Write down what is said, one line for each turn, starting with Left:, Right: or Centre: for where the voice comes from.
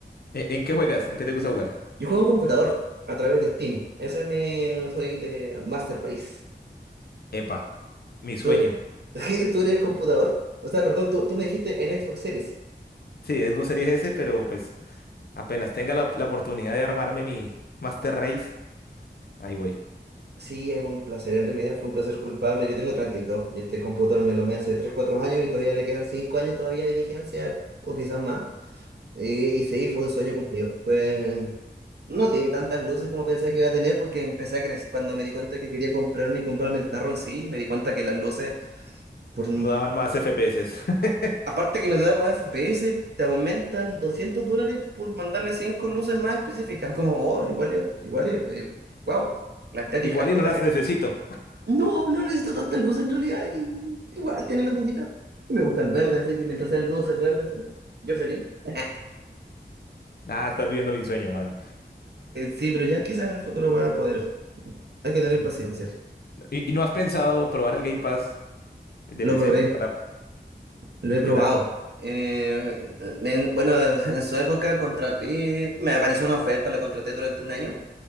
Left: ¿E- ¿En, qué juegas? ¿En qué te gusta jugar?
Right: Yo juego en computador a través de Steam. Ese es mi. Soy de Master Race.
Left: Epa, mi sueño.
Right: ¿Tú, <laughs> tú eres computador? O sea, perdón, tú, tú me dijiste en Xbox Series.
Left: Sí, Xbox Series S, pero pues apenas tenga la, la oportunidad de armarme mi Master Race, ahí voy.
Right: Sí, es un placer, en realidad fue un placer culpable. Yo tengo 32 y dos y este computador me lo me hace 3 4 años y todavía le quedan 5 años todavía de vigencia o quizás más. Y, y sí, fue un sueño cumplido. Fue... No tiene tantas luces como pensé que iba a tener porque empecé a crecer. Cuando me di cuenta que quería comprarme y comprarme el tarro en sí, me di cuenta que las luces, por,
Left: No daban más FPS. <laughs>
Right: Aparte que no te dan más FPS, te aumentan 200 dólares por mandarle 5 luces más específicas. Como, oh, igual es, igual es, eh, wow, la estética,
Left: Igual y
Right: puta
Left: no las
Right: que...
Left: necesito.
Right: No, no necesito tanta luz en realidad, y igual tiene lucecita. Y Me gusta el verde, así que mientras sean luces verdes, yo feliz. <laughs>
Left: Ah, estás viviendo mi sueño, mano.
Right: Sí, pero ya quizás en el futuro voy a poder. Hay que tener
Left: Sí,
Right: paciencia.
Left: sí, sí. ¿Y, y no has pensado probar el Game Pass de
Right: Lo
Left: PC?
Right: probé.
Left: Para...
Right: Lo he
Left: ¿Y
Right: probado.
Left: qué tal?
Right: Eh, en- bueno, <laughs> en su época contraté, me apareció una oferta, lo contraté durante un año